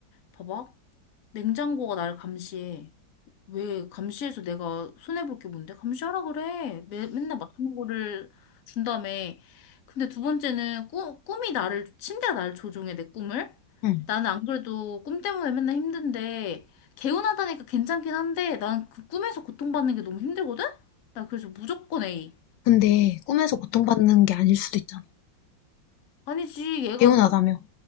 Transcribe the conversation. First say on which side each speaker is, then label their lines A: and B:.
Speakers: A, on the left; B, on the left.
A: 봐봐. 냉장고가 나를 감시해. 왜 감시해서 내가 손해볼 게 뭔데? 감시하라 그래. 매, 맨날 맛있는 거를 준다며. 근데 두 번째는 꾸, 꿈이 나를, 침대가 나를 조종해, 내 꿈을.
B: 응.
A: 나는 안 그래도 꿈 때문에 맨날 힘든데, 개운하다니까 괜찮긴 한데, 난 그 꿈에서 고통받는 게 너무 힘들거든? 나 그래서 무조건 A.
B: 근데 꿈에서 고통받는 게 아닐 수도 있잖아.
A: 아니지, 얘가
B: 개운하다며.